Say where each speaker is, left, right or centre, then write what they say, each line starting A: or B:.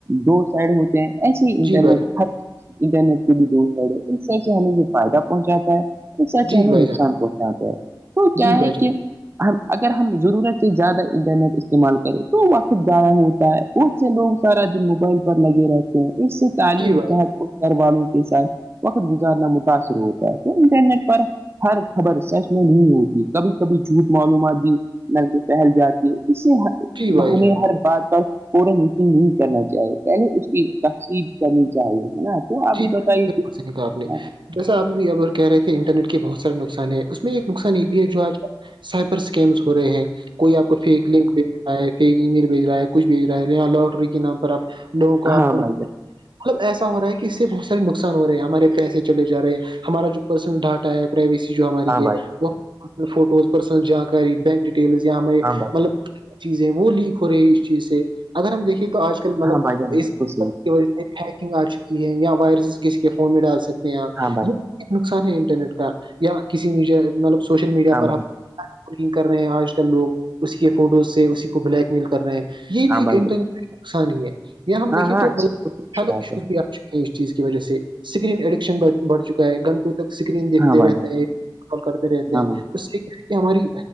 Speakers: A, on the right (about 30°); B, on the right (about 75°).
A: دو سائڈ ہوتے ہیں ایسے ہی انٹرنیٹ
B: جی بھائی جان
A: ہر انٹرنیٹ کے بھی دو ساید ہے ایک ساید سے ہمیں یہ فائدہ پہنچاتا ہے ایک ساید سے
B: جی
A: ہمیں
B: بھائی
A: یہ نقصان
B: جان
A: پہنچاتا ہے وہ کیا
B: جی بھائی
A: ہے
B: جان
A: کہ ہم اگر ہم ضرورت ہے زیادہ انٹرنیٹ استعمال کریں تو وقت زایہ ہوتا ہے بہت سے لوگ سارا دن موبائل پر لگے رہتے ہیں اس سے تعلیم
B: جی بھائی
A: صحت گھر والوں کے ساتھ وقت گزارنا متاثر ہوتا ہے تو انٹرنیٹ پر ہر خبر سچ میں نہیں ہوتی کبھی کبھی جھوٹ معلومات بھی مطلب کی پھیل جاتی ہے اس سے
B: جی بھائی
A: ہمیں
B: جان
A: ہر بات پر فورا یقین نہیں کرنا چاہیے پہلے اس کی تقصیر کرنی چاہیے ہے نا تو آب
B: جی
A: بھی
B: بھائی
A: بتائیے
B: جان، بالکل
A: کسی
B: صحیح کہا آپ نے جیسا آپ بھی کہ رہے تھے انٹرٹ کے بہت سارے نقصان ہے اس میں ایک نقصان یہ بھی ہے جو آج سائبر اسکیمس ہو رہے ہیں کوئی آپث کو فیک لنک د فیک ای میل بھیج رہا ہے کچھ بھیج رہا ہے یہاں لوٹری کے نام پر آپ لوگوں کواپ
A: ہاں بھائی جان
B: مطلب ایسا ہو رہا ہے اس سے بہت سے نقصان ہو رہے ہیں ہمارے پیسے چلے جا رہے ہیں ہمارا جو پرسنل ڈاٹا ہے پرائیویسی جو ہماری
A: ہاں
B: ہے وہ فوٹوز پرسنل جانکاری بینک ڈ ٹیل یا ہمارے
A: ہاں
B: مطلب چیز ہے وہ لیک ہو رہی ہیں اس چیز سے اگر ہم دیکھے تو آج مطلب
A: ہاں بھائی جان
B: اس
A: کچھ
B: کی وجہ سے آ چکی ہے یا وائرس کسی کے فون میں ڈال سکتے ہیں آپ
A: ہاں بھائی
B: یہ ایک نقصان ہے انٹرنیٹ کا یا کسی میڈیا مطلب سوشل میڈیا
A: ہاں
B: پر
A: بھائی
B: ہم
A: جان
B: نگ کر رہے ہیں آج کل لوگ اس کے فوٹوز سے اسی کو بلیک میل کر رہے ہیں یہ بھی
A: ہاں
B: ایک
A: بھائی
B: انٹرنی نقصان ہی ہے یا
A: جان
B: ہم دیکھیے
A: ہاں ہاں
B: تو
A: اچھی
B: مطلب
A: بہت اچھی بات
B: خوفیا
A: ہے
B: چونکہ اس چیز کی وجہ سے سگرین ایڈکشن بڑھ چکا ہے گنٹ سب اسکرین دیکتے
A: ہاں بھائی
B: رہتے
A: جان
B: ہیں کال کرتے رہتے
A: ہاں
B: ہیں
A: بھائی
B: اس ہماری